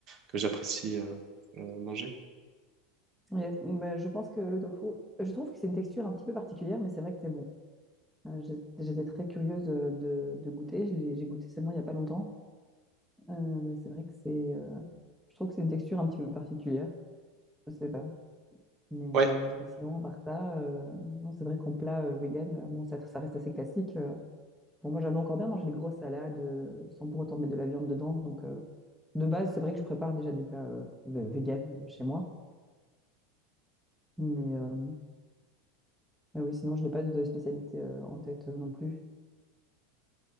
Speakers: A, on the right; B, in the centre.
A: que j'apprécie euh, euh, manger.
B: Yes. Ben, je pense que le tofu, je trouve que c'est une texture un petit peu particulière, mais c'est vrai que c'est bon. Euh, j'ai- J'étais très curieuse de, de goûter. Je l'ai- J'ai goûté seulement il n'y a pas longtemps. Euh, mais c'est vrai que c'est. euh, je trouve que c'est une texture un petit peu particulière. Je sais pas. Mais euh,
A: Ouais,
B: sinon, par ça, euh, non, c'est vrai qu'en plat euh, vegan, euh, bon, ça, ça reste assez classique. euh. Bon, moi, j'aime encore bien manger des grosses salades euh, sans pour autant mettre de la viande dedans. Donc, euh, de base, c'est vrai que je prépare déjà des plats euh, ve- vegan euh, chez moi. Mais, euh, Mais oui, sinon, je n'ai pas de de spécialité euh, en tête euh, non plus.